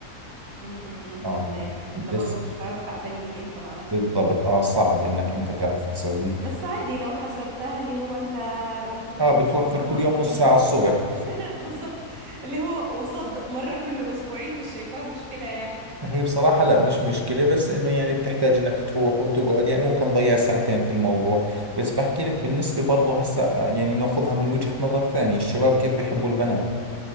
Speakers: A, on the right; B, on the right.
A: امم
B: اه
A: فاهماك انت
B: بس
A: برضو مش هتعرف تعتني بيه انت مع نفسك
B: بالضبط
A: في البيت
B: اه صعب انك انت تعرف تسويه
A: بس عادي لو حسبتها اللي هو انت هتفضل
B: اه بتوفر
A: مش مفرها
B: كل
A: طول
B: يوم نص ساعة الصبح
A: <laughs> بالظبط اللي هو قصاد مره كل اسبوعين مش شايفاها مشكله يعني
B: هي بصراحة لا مش مشكلة بس انه يعني بتحتاج انك تروح وتقعد يعني ممكن تضيع ساعتين في الموضوع بس بحكي لك بالنسبة برضه هسا آه، يعني ناخذها من وجهة نظر ثانية الشباب كيف بيحبوا البنات